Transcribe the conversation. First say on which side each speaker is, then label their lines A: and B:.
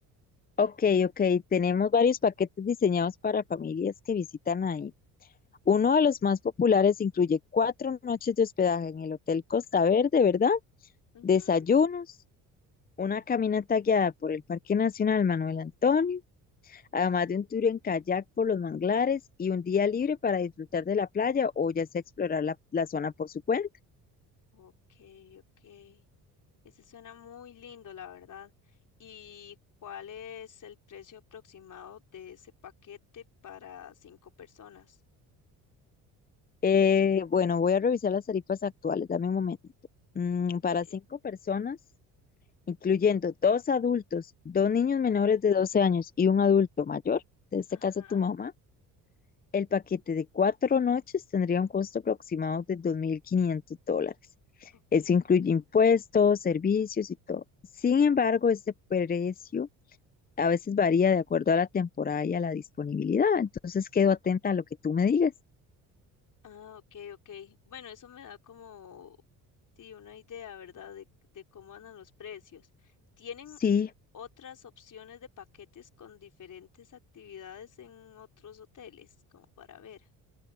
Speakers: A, on the left (about 25°); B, on the left (about 55°).
A: Ok, ok, tenemos varios paquetes diseñados para familias que visitan ahí. Uno de los más populares incluye cuatro noches de hospedaje en el Hotel Costa Verde, ¿verdad?
B: Ujú.
A: Desayunos, una caminata guiada por el Parque Nacional Manuel Antonio, además de un tour en kayak por los manglares y un día libre para disfrutar de la playa o ya sea explorar la, la zona por su cuenta.
B: Ok, ok. Ese suena muy lindo, la verdad. ¿Y cuál es el precio aproximado de ese paquete para cinco personas?
A: Eh, bueno, voy a revisar las tarifas actuales, dame un momento. Mm,
B: Ok,
A: para cinco personas, incluyendo dos adultos, dos niños menores de 12 años y un adulto mayor, en este
B: ajá,
A: caso tu mamá, el paquete de cuatro noches tendría un costo aproximado de 2.500 dólares.
B: ok.
A: Eso incluye impuestos, servicios y todo. Sin embargo, este precio a veces varía de acuerdo a la temporada y a la disponibilidad. Entonces, quedo atenta a lo que tú me digas.
B: Ah, ok, ok. Bueno, eso me da como sí, una idea, ¿verdad? De, de cómo andan los precios. ¿Tienen
A: Sí,
B: otras opciones de paquetes con diferentes actividades en otros hoteles, como para ver?